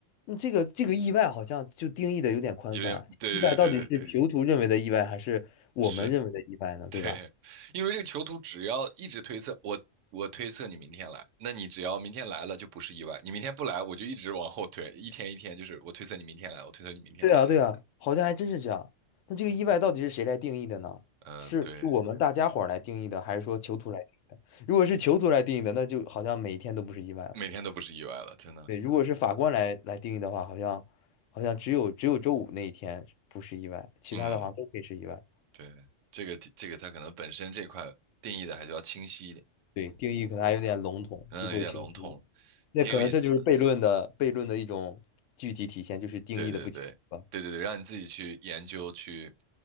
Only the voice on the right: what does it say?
因为对对对对对，
是，
对，因为这个囚徒只要一直推测，我我推测你明天来，那你只要明天来了就不是意外，你明天不来，我就一直往后推，一天一天就是我推测你明天来，我推测你明天来这样。
嗯，
对，
每天都不是意外了，真的。
嗯。对，这个这个它可能本身这块定义的还是要清晰一点，
嗯，
有点笼统了，
挺有意思的。
对对对对对对，让你自己去研究去